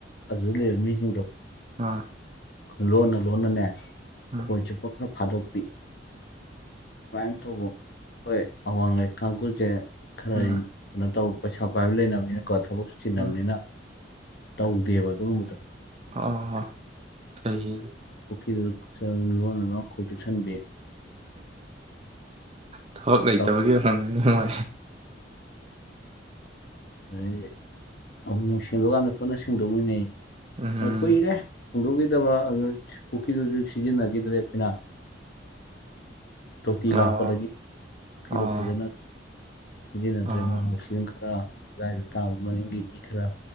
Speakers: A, on the left; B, on the right.
A: ꯑꯗꯨꯗ ꯂꯩꯕ ꯃꯤꯁꯤꯡꯗꯣ
B: ꯑꯥ
A: ꯂꯣꯟꯅ ꯂꯣꯟꯅꯅꯦ
B: ꯎꯝ
A: ꯈꯣꯏ ꯆꯤꯄ ꯈꯔ ꯊꯥꯗꯣꯛꯄꯤ ꯁꯨꯃꯥꯏꯅ ꯇꯧꯕ ꯍꯣꯏ ꯑꯋꯥꯡ ꯂꯩꯀꯒꯁꯦ ꯈꯔ
B: ꯎꯝ
A: ꯑꯩ ꯀꯩꯅꯣ ꯇꯧ ꯄꯩꯁꯥ ꯄꯥꯏꯕ ꯂꯩꯅꯕꯅꯤꯅꯀꯣ ꯊꯕꯛ ꯁꯨ ꯆꯤꯟꯅꯕꯅꯤꯅ
B: ꯎꯝ
A: ꯇꯧꯗꯦꯕ ꯑꯗꯨꯒꯨꯝꯕ
B: ꯑ ꯁꯩ
A: ꯐꯤꯔ ꯂꯣꯟꯅ ꯑꯩꯈꯣꯏ ꯆꯦꯛꯁꯤꯟꯕꯤ
B: ꯊꯕꯛ ꯂꯩꯇꯕꯒꯤ
A: ꯇꯧ
B: ꯍꯪꯉꯅꯤ ꯅꯨꯡꯉꯥꯏ
A: ꯑꯩ ꯑꯃꯨꯛ ꯁꯦꯡꯗꯣꯛꯀꯥꯟꯗ ꯄꯨꯟꯅ ꯁꯦꯡꯗꯣꯛꯃꯤꯟꯅꯩ
B: ꯎꯝ
A: ꯀꯨꯏꯔꯦ ꯍꯦꯡꯗꯣꯛꯈꯤꯗꯕ ꯑꯗꯨ ꯄꯨꯈ꯭ꯔꯤꯗꯨꯁꯨ ꯁꯤꯖꯤꯟꯅꯈꯤꯗ꯭ꯔꯦ ꯑꯩꯈꯣꯏꯅ ꯇꯣꯇꯤ ꯂꯥꯛꯄꯗꯒꯤ
B: ꯑꯣ
A: ꯄꯨꯈ꯭ꯔꯤꯗꯣ
B: ꯑꯣ
A: ꯐꯖꯅ ꯁꯤꯖꯤꯟꯅꯗ꯭ꯔꯦ
B: ꯑꯣ
A: ꯃꯣꯏ ꯃꯨꯛꯁꯤ ꯈꯔ ꯑꯗꯨꯗꯥꯏꯗ ꯇꯥꯕ ꯃꯡꯒꯤ ꯃꯤ ꯈꯔ